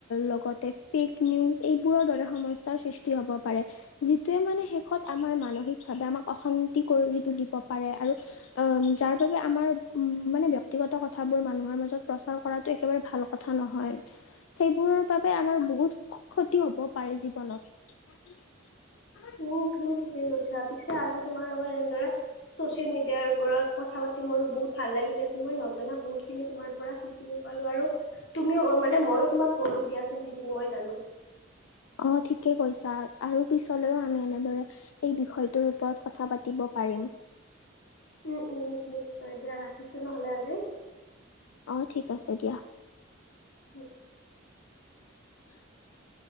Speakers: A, on the left; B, on the left.
A: লগতে ফেক নিউজ এইবোৰৰ দৰে সমস্যা সৃষ্টি হ'ব পাৰে। যিটোৱে মানে শেষত আমাৰ মানসিকভাৱে আমাৰ অশান্তি কৰি তুলিব পাৰে আৰু উম, যাৰ বাবে আমাৰ উম, মানে ব্যক্তিগত কথা কথাবোৰ মানুহৰ মাজত প্ৰচাৰ কৰাতোঁ। একেবাৰে ভাল কথা নহয় সেইবোৰ বাবে আমাৰ বহুত সু ক্ষতি হ'ব পাৰে জীৱনত।
B: উম তুমি ঠিকে কৈছা পিছে আজি তোমাৰ লগত এনেদৰে চচিয়েল মিডিয়াৰ। ৰত কথা পাতি মোৰ বহুত ভাল লাগিলে আ মই নজনা বহুত খিনি তোমাৰ পৰা শিকিলো। পালো আৰু তুমিও মানে মইও তোমাক কলো দিয়াচোন যিখিনি মই জানো।
A: অ', ঠিকে কৈছা আৰু পিছলেও আমি এনেদৰে এই বিষয়টোৰ ওপৰত কথা পাতিব। পাৰিম।
B: উম উম নিশ্চয়, দিয়া ৰাখিছো নহলে আজি
A: অ' ঠিক আছে দিয়া।
B: উম।
A: <inaudible>